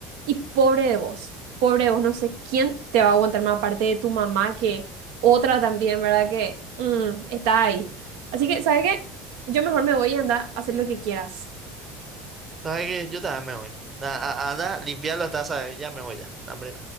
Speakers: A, on the right; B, on the right.
A: y pobre de vos, pobre de vos, no sé quién te va a aguantar más aparte de tu mamá que otra también, ¿verdad? Que mm, está ahí. Así que, ¿sabes qué? Yo mejor me voy y anda a hacer lo que quieras.
B: ¿Sabes qué? Yo también me voy. Na- a- Anda, limpiar las tazas, eh, ya me voy ya. Hambre.